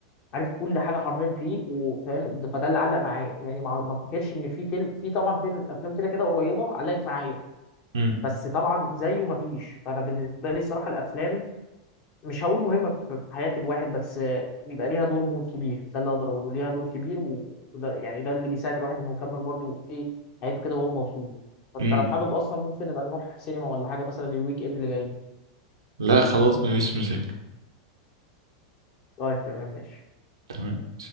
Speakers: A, on the left; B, on the right.
A: عارف كل حاجه حرفيا فيه وفاهم ده- فده اللي علق معايا يعني ما ما افتكرش ان في فيلم في طبعا فيلم افلام كده كده قريبه علقت معايا
B: مم.
A: بس طبعا زيه ما فيش فانا بالنسبه لي الصراحه الافلام مش هقول مهمه في في حياه الواحد بس آه، بيبقى ليها دور مو- كبير ده اللي اقدر اقوله ليها دور كبير و- وده يعني ده اللي بيساعد الواحد انه يكمل برضه ايه حياته كده وهو مبسوط فانت
B: مم.
A: لو حابب اصلا ممكن نبقى نروح سينما ولا حاجه مثلا الويك اند اللي جاي
B: لا خلاص مفيش مشاكل
A: طيب تمام ماشي
B: تمام